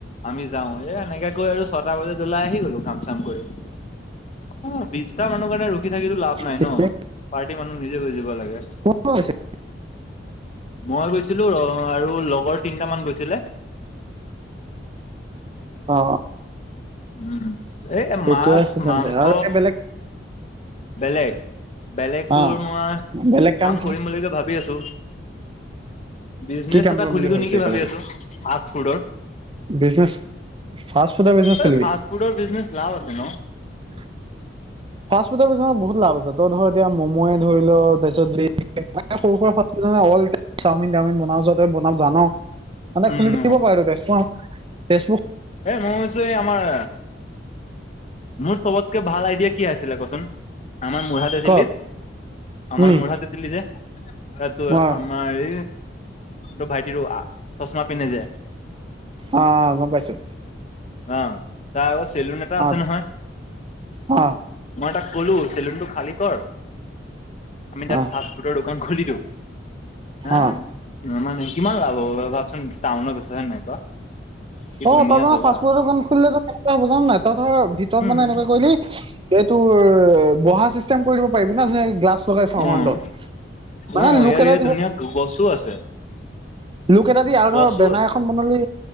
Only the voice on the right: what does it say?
ঠিকে
কোন কোন গৈছে?
অ
ঠিকে
আছে তেন্তে
আৰু এতিয়া বেলেগ
অ
বেলেগ
কি
কি কাম
কৰিম
বুলি
ভাবিছ
এতিয়ালৈকে?
বিজনেছ ফাৰ্ষ্ট ফুডৰ বিজনেছ
খুলিবি।
<inaudible> ফাষ্ট ফুডৰ কিছুমান বহুত লাভ আছে তই ধৰ এতিয়া ম'মো ধৰি ল তাৰপিছত সৰু সুৰা। অল চাওমিন টাওমিন বনাও যাতে বনা জান মানে
খুলি দিব পাৰো তে। ফেচবুক
ক
উম
অ
অ গম পাইছো।
অ
অ
অ
অ
অ
তই মানে
ফাষ্টফুড দোকান খুলিলে কি হ'ব জান নাই তই ধৰ ভিতৰত
মানে এনেকুৱা কৰিলি। এইটোৰ বহা চিষ্টেম কৰি দিব পাৰিবি না গ্লাছ। চ ফ
খডত মানে
লোক
এটা
দিব।
লোক এটা দি আৰু
ধৰ বেনাই
এখন বনালি